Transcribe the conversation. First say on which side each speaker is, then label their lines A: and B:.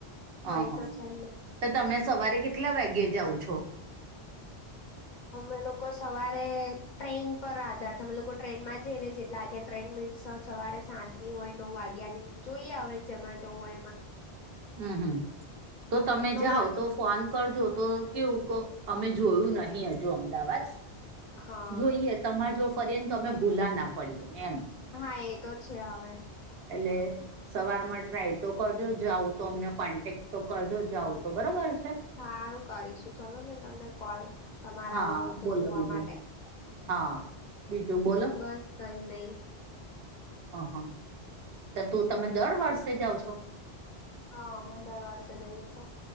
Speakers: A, on the right (about 65°); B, on the left (about 55°).
A: હ
B: એ
A: હા
B: તો છે ને
A: તો તમે સવારે કેટલા વાગ્યે જાઓ છો?
B: અમે લોકો સવારે ટ્રેન પર આધાર છે અમે લોકો ટ્રેનમાં જઈને જ લાગે ને ટ્રેન મીન્સ સવારે સાત ની હોય નવ વાગ્યા ની જોઈએ હવે જેમા જવું હોય એમાં.
A: હમ હમ તો તમે
B: નવ
A: જાઓ
B: વાગે
A: તો ફોન કરજો તો કેવું અમે જોયું નહી હજુ અમદાવાદ
B: હા
A: જોઈએ તમારે જો ફરી ને તમે ભૂલા ના પડીએ એમ
B: હા એ તો છે હવે
A: એટલે સવારમાં ટ્રાય તો કરજો જાવું તો અમને કોન્ટેક્ટ તો કરજો જાવઓ તો બરોબર છે.
B: સારું કરીશું ચલો ને તમને કોલ તમારે
A: હા
B: આવું હોય તો
A: બોલો
B: જોવા
A: બીજું
B: માટે.
A: હા બીજું બોલો.
B: બસ કઈ નઈ.
A: હ હા તો તું તમે દર વર્ષે જાઓ છો
B: હા અમેં દર વર્ષે જઈએ છે